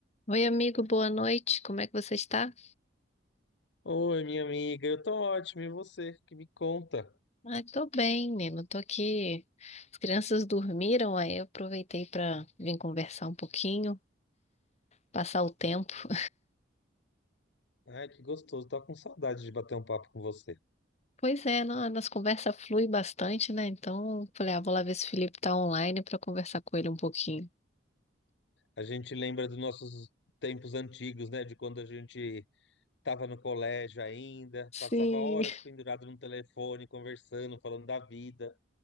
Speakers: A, on the left; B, on the left.
A: Oi, amigo, boa noite. Como é que você está?
B: Oi, minha amiga, eu tô ótimo, e você? Que me conta?
A: Ah, tô bem, menino. Tô aqui. As crianças dormiram, aí eu aproveitei para vir conversar um pouquinho, passar o tempo.
B: Ai, que gostoso, tô com saudade de bater um papo com você.
A: Pois é, não, a nossa conversa flui bastante, né? Então, falei, ah, vou lá ver se o Felipe tá online para conversar com ele um pouquinho.
B: A gente lembra dos nossos tempos antigos, né? De quando a gente tava no colégio ainda,
A: Sim,
B: passava horas
A: <laughs>
B: pendurado no telefone, conversando, falando da vida,